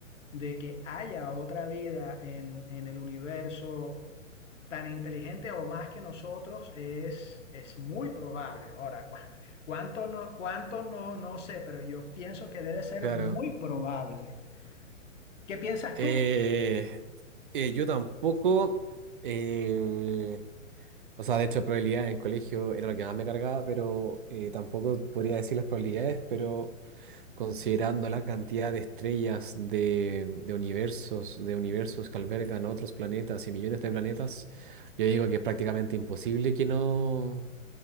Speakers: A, on the left; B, on the right.
A: de que haya otra vida en, en el universo tan inteligente o más que nosotros es, es muy probable. Ahora, cu- cuánto no, cuánto no, no sé, pero yo pienso que debe ser
B: claro.
A: muy probable. ¿Qué piensas
B: Eh,
A: tú?
B: eh, yo tampoco, eh, o sea, de hecho, probabilidad en el colegio era lo que más me cargaba, pero eh, tampoco podría decir las probabilidades, pero considerando la cantidad de estrellas, de, de universos, de universos que albergan otros planetas y millones de planetas, yo digo que es prácticamente imposible que no.